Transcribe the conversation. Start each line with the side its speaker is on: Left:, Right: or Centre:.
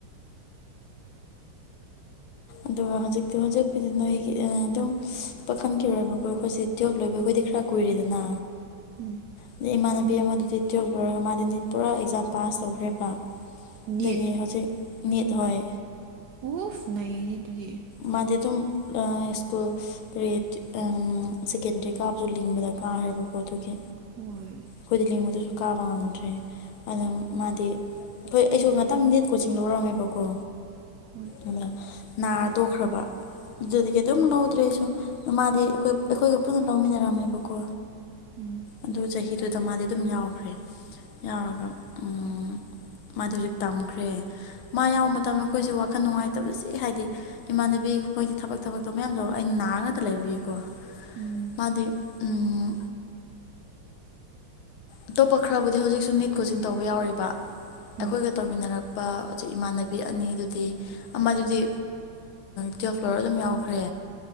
Left: ꯑꯗꯨꯒ ꯍꯧꯖꯤꯛꯇꯤ ꯍꯧꯖꯤꯛꯄꯨꯗꯤ ꯅꯣꯏꯒꯤ ꯑꯗꯨꯝ ꯄꯥꯈꯟꯦꯕꯀꯣ ꯑꯩꯈꯣꯏꯁꯦ ꯇꯣ ꯂꯣꯏꯕ ꯑꯩꯈꯣꯏꯗꯤ ꯈꯔ ꯀꯨꯏꯔꯔꯤꯗꯅ
Right: ꯎꯝ
Left: ꯑꯗꯩ ꯏꯃꯥꯟꯅꯕꯤ ꯑꯃꯗꯨꯗꯤ ꯇꯨꯌꯦꯜꯞ ꯂꯣꯏꯔꯒ ꯃꯥꯗꯤ ꯄꯨꯔꯥ ꯑꯦꯛꯖꯥꯝ ꯄꯥꯁ ꯇꯧꯈ꯭ꯔꯦꯕ
Right: ꯅꯤꯠ
Left: ꯗꯒꯤ ꯍꯧꯖꯤꯛ ꯅꯤꯠ ꯍꯣꯏ
Right: ꯎꯐ ꯅꯩꯅꯦ ꯗꯨꯗꯤ
Left: ꯃꯥꯗꯤ ꯑꯗꯨꯝ ꯁ꯭ꯀꯨꯜ ꯀ꯭ꯔꯦꯇꯤ ꯑꯝ ꯁꯦꯀꯦꯟꯗꯔꯤ ꯀꯥꯕꯁꯨ ꯂꯤꯡꯕꯗ ꯀꯥꯔꯈ꯭ꯔꯦꯕꯀꯣ ꯑꯗꯨꯒꯤ
Right: ꯍꯣꯏ
Left: ꯈꯣꯏꯗꯤ ꯂꯤꯡꯕꯗꯁꯨ ꯀꯥꯕ ꯉꯝꯗ꯭ꯔꯦ ꯑꯗꯨ ꯃꯥꯗꯤ ꯑꯩꯈꯣꯏ ꯑꯩꯁꯨ ꯉꯥꯛꯇꯪ ꯅꯤꯠ ꯀꯣꯆꯤꯡ ꯂꯧꯔꯝꯃꯦꯕꯀꯣ
Right: ꯍꯣꯏ
Left: <unintelligible> ꯅꯥ ꯇꯣꯛꯈ꯭ꯔꯕ ꯑꯗꯨꯗꯒꯤ ꯑꯗꯨꯝ ꯂꯧꯗ꯭ꯔꯦꯁꯨ ꯃꯥꯗꯤ ꯑꯩꯈꯣꯏ ꯑꯩꯈꯣꯏꯒ ꯄꯨꯟꯅ ꯂꯧꯃꯤꯟꯅꯔꯝꯃꯦꯕꯀꯣ
Right: ꯎꯝ
Left: ꯑꯗꯨ ꯆꯍꯤꯗꯨꯗ ꯃꯥꯗꯤ ꯑꯗꯨꯝ ꯌꯥꯎꯈ꯭ꯔꯦ ꯌꯥꯎꯔꯒ ꯎꯝ ꯃꯥꯗꯣ ꯍꯧꯖꯤꯛ ꯇꯝꯈ꯭ꯔꯦ ꯃꯥ ꯌꯥꯎꯕ ꯃꯇꯝꯗ ꯑꯩꯈꯣꯏꯁꯦ ꯋꯥꯈꯜ ꯅꯨꯡꯉꯥꯏꯇꯕꯁꯤ ꯍꯥꯏꯗꯤ ꯏꯃꯥꯟꯅꯕꯤ ꯃꯣꯏꯗꯤ ꯊꯕꯛ ꯊꯕꯛꯇꯣ ꯃꯌꯥꯝꯗꯣ ꯑꯩꯅ ꯅꯥꯔ ꯉꯇ ꯂꯩꯕꯤꯌꯀꯣ
Right: ꯎꯝ
Left: ꯃꯥꯗꯤ ꯎꯝ ꯑꯇꯣꯞꯄ ꯈꯔꯕꯨꯗꯤ ꯍꯧꯖꯤꯛꯁꯨ ꯅꯤꯠ ꯀꯣꯆꯤꯡ ꯇꯧꯕ ꯌꯥꯎꯔꯤꯕ ꯑꯩꯈꯣꯏꯒ
Right: ꯎꯝ
Left: ꯇꯧꯃꯤꯟꯅꯔꯛꯄ ꯑꯗꯨ ꯏꯃꯥꯟꯅꯕꯤ ꯑꯅꯤꯗꯨꯗꯤ ꯑꯃꯗꯨꯗꯤ ꯇꯨꯋꯜꯞ ꯐ꯭ꯂꯣꯔ ꯑꯗꯨꯝ ꯌꯥꯎꯈ꯭ꯔꯦ